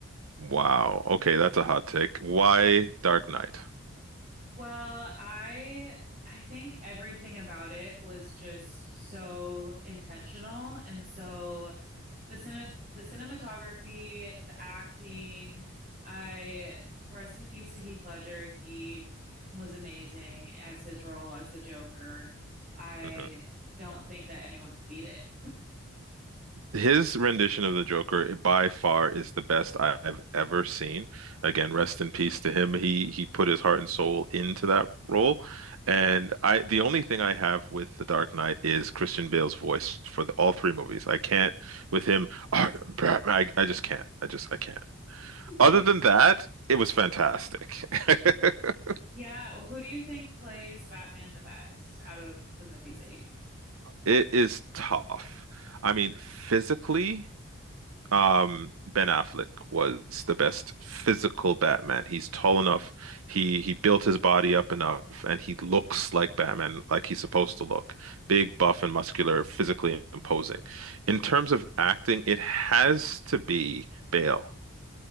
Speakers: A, on the right; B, on the right.
A: Wow. Okay, that's a hot take. Why Dark Knight?
B: Well, I I think everything about it was just so intentional and so the cine the cinematography, the acting, I rest in peace to Heath Ledger. He was amazing as his role as the Joker. I
A: Mhm.
B: don't think that anyone could beat it.
A: His rendition of the Joker by far is the best I- have ever seen. Again, rest in peace to him. He he put his heart and soul into that role. And I the only thing I have with The Dark Knight is Christian Bale's voice for the, all three movies. I can't with him, "I Batman." I, I just can't. I just I can't.
B: <laughs>
A: Other than that, it was fantastic. <laughs>
B: Yeah, well, who do you think plays Batman the best out of the movies that you've?
A: It is tough. I mean, physically Um, Ben Affleck was the best physical Batman. He's tall enough. He he built his body up enough, and he looks like Batman, like he's supposed to look. Big, buff, and muscular, physically imposing. In terms of acting, it has to be Bale.